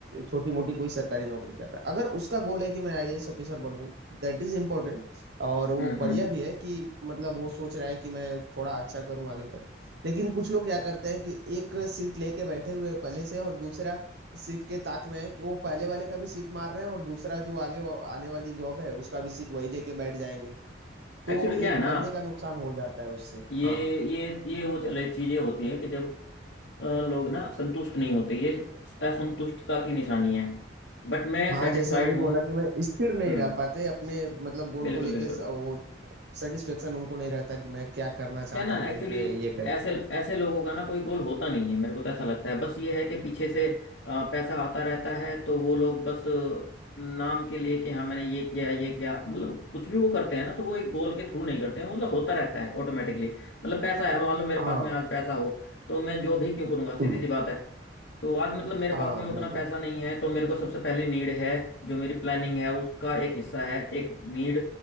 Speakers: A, on the right; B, on the left.
A: छोटी मोटी कोई सरकारी नौकरी कर रहा है अगर उसका गोल है कि मैं आईएएस ऑफिसर बनूं दैट इज इम्पोर्टेंट और वो
B: हम्म
A: बढ़िया भी है कि मतलब वो सोच रहा है कि मैं थोड़ा अच्छा करूं आगे करूं लेकिन कुछ लोग क्या करते हैं कि एक सीट लेके बैठे हुए हैं पहले से और दूसरा सीट के ताक में है कि वो पहले वाले का भी सीट मार रहे हैं और दूसरा जो आगे वा- आने वाली जॉब है उसका भी सीट वही लेके बैठ जाएंगे तो
B: एक्चुअली क्या
A: एक
B: है ना
A: बंदे का नुकसान हो जाता है उससे
B: ये
A: हाँ हाँ
B: ये ये वो चले चीजें होती हैं कि जब अ, लोग ना संतुष्ट नहीं होते ये असंतुष्टता की निशानी है बट मैं
A: हाँ
B: सेटिस्फाइड
A: जैसे वही बोला
B: हूँ
A: कि मैं स्थिर नहीं
B: हम्म
A: रह पाते अपने मतलब गोल
B: बिल्कुल
A: को लेके
B: बिल्कुल
A: स- वो सेटिस्फेक्शन उनको नहीं रहता कि मैं क्या करना चाहता
B: क्या ना
A: हूँ
B: एक्चुअली
A: लाइफ में ये करके
B: ऐसे ऐसे लोगों का ना कोई गोल होता नहीं है मेरे को तो ऐसा लगता है बस ये है कि पीछे से अ, पैसा आता रहता है तो वो लोग बस अ, नाम के लिए कि हाँ मैंने ये किया ये किया मतलब कुछ भी वो करते हैं ना तो वो एक गोल के थ्रू नहीं करते हैं मतलब होता रहता है ऑटोमेटिकली मतलब पैसा है मान लो मेरे
A: हाँ
B: पास में आज पैसा हो तो मैं जो भी क्यों करूंगा सीधी
A: हम्म,
B: सी बात है तो आज मतलब मेरे
A: हाँ
B: पास में उतना
A: बिल्कुल
B: पैसा नहीं है तो मेरे को सबसे पहली नीड है जो मेरी प्लानिंग है उसका एक हिस्सा है एक नीड